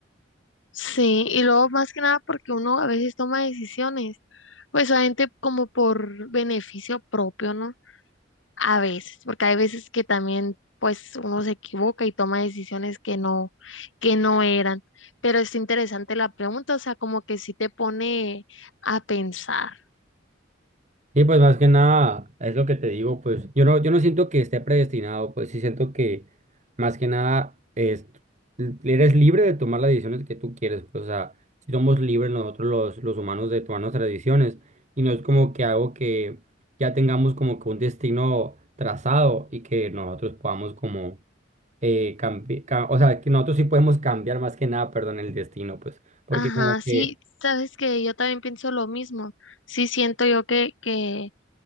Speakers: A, on the left; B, on the right.
A: Sí, y luego más que nada porque uno a veces toma decisiones, pues obviamente como por beneficio propio, ¿no? A veces, porque hay veces que también pues uno se equivoca y toma decisiones que no, que no eran. Pero es interesante la pregunta, o sea, como que sí te pone a pensar.
B: Sí, pues más que nada, es lo que te digo, pues yo no, yo no siento que esté predestinado, pues sí siento que más que nada es, eres libre de tomar las decisiones que tú quieres, pues o sea, si somos libres nosotros los, los humanos de tomar nuestras decisiones y no es como que algo que ya tengamos como que un destino trazado y que nosotros podamos como eh, cambiar, o sea, que nosotros sí podemos cambiar más que nada, perdón, el destino, pues, porque
A: Ajá,
B: como
A: sí,
B: que...
A: sabes que yo también pienso lo mismo. Sí siento yo que, que,